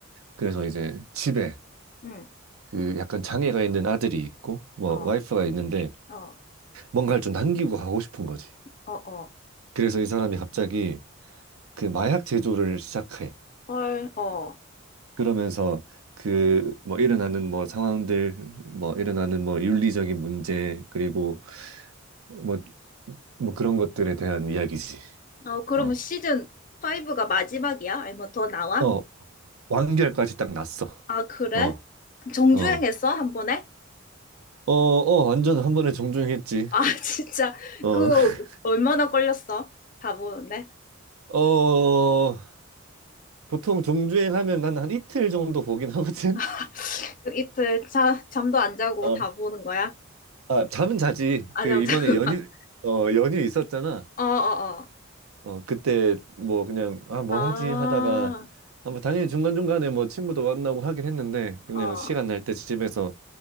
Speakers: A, on the right (about 85°); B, on the left (about 40°).
A: 그래서 이제 집에
B: 응,
A: 그 약간 장애가 있는 아들이 있고 뭐
B: 어,
A: 와이프가 있는데
B: 어,
A: 뭔가를 좀 남기고 가고 싶은 거지.
B: 어, 어.
A: 그래서 이 사람이 갑자기 그 마약 제조를 시작해.
B: 헐, 어.
A: 그러면서 그 뭐 일어나는 뭐 상황들 뭐 일어나는 뭐 윤리적인 문제 그리고 뭐 뭐 그런 것들에 대한 이야기지.
B: 어, 그러면
A: 어.
B: 시즌 5가 마지막이야? 아니면 더 나와?
A: 어, 완결까지 딱 났어.
B: 아, 그래?
A: 어,
B: 정주행했어?
A: 어.
B: 한 번에?
A: 어, 어, 완전 한 번에 정주행했지.
B: 아, <laughs> 진짜.
A: 어,
B: 그,
A: <laughs>
B: 얼마나 걸렸어? 다 보는데.
A: 어, 보통 정주행하면 난 한 이틀 정도 보긴 하거든.
B: <laughs> 그 이틀 자, 잠도 안 자고
A: 어,
B: 다 보는 거야?
A: 아, 잠은 자지.
B: 아,
A: 그
B: 잠,
A: 이번에
B: 자고
A: 연휴, 어, 연휴 있었잖아.
B: <laughs> 어, 어, 어.
A: 어, 그때 뭐 그냥 아, 뭐
B: 아,
A: 하지 하다가 아, 뭐 당연히 중간중간에 뭐 친구도 만나고 하긴 했는데 그냥
B: 어.
A: 시간 날때 집에서